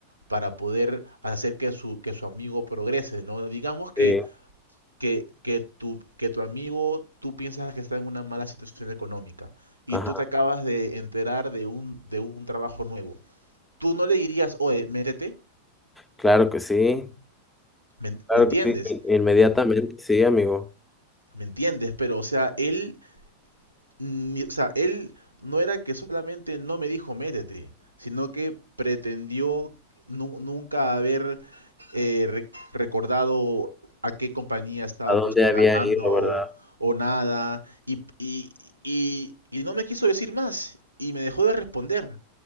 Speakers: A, on the right; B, in the centre.
A: para poder hacer que su, que su amigo progrese, ¿no? Digamos que,
B: Sí,
A: que, que, tu, que tu amigo, tú piensas que está en una mala situación económica y
B: Ajá,
A: tú te acabas de enterar de un, de un trabajo nuevo. Tú no le dirías, oye, métete,
B: claro que sí,
A: ¿me,
B: claro
A: me entiendes?
B: que sí, in- inmediatamente, sí, amigo.
A: ¿Me entiendes? Pero, o sea, él ni- o sea, él no era que solamente no me dijo métete, sino que pretendió nu- nunca haber eh, re- recordado a qué compañía estaba
B: ¿A dónde
A: postulando
B: había ido, verdad?
A: o nada, y, y, y, y no me quiso decir más, y me dejó de responder.